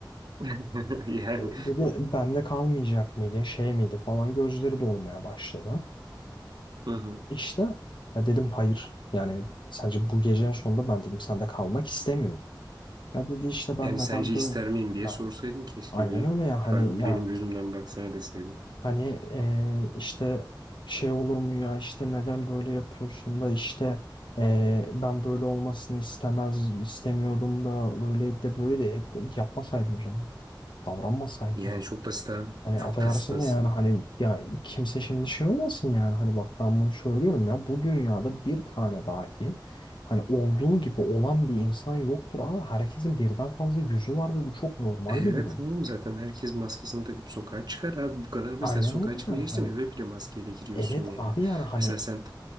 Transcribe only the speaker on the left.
Dedi bende kalmayacak mıydın şey miydi falan gözleri dolmaya başladı.
İşte ya dedim hayır. Yani sence bu gecenin sonunda ben dedim sende kalmak istemiyorum. Ya dedi işte ben
neden
böyle?
Ha,
aynen
öyle ya
hani ya
hani eee, işte şey olur mu ya işte neden böyle yapıyorsun da işte eee, ben böyle olmasını istemez istemiyordum da öyle de böyle de yapmasaydın o zaman. Davranmasaydın.
Hani
affedersin
de yani hani ya kimse şimdi şey olmasın yani hani bak ben bunu söylüyorum ya bu dünyada bir tane dahi hani olduğu gibi olan bir insan yoktur abi herkesin birden fazla yüzü var ve bu çok normal
bir durum.
Aynen
öyle
yani
hani
evet
abi yani hani